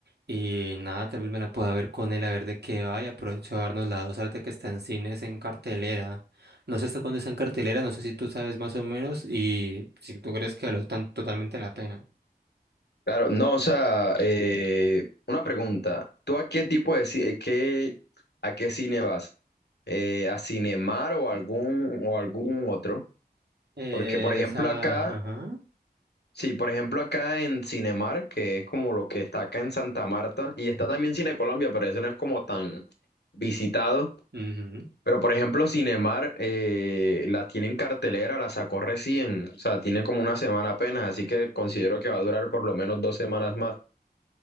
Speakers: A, on the right; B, on the left.
A: y nada, tal vez me la pueda ver con él, a ver de qué va, y aprovecho a darnos la 2 ahorita que está en cines en cartelera. No sé hasta cuándo está en cartelera, no sé si tú sabes más o menos y si tú crees que valió tan totalmente la pena.
B: Claro, no, o sea, eh, una pregunta. ¿Tú a qué tipo de cine, qué, a qué cine vas? Eh, ¿a Cinemar o algún, o algún otro?
A: Eh,
B: Porque, por ejemplo,
A: esa,
B: acá
A: ajá.
B: Sí, por ejemplo, acá en Cinemark, que es como lo que está acá en Santa Marta, y está también Cine Colombia, pero eso no es como tan visitado.
A: ujú.
B: Pero por ejemplo, Cinemark eh, la tiene en cartelera, la sacó recién, o sea, tiene como una semana apenas, así que considero que va a durar por lo menos dos semanas más.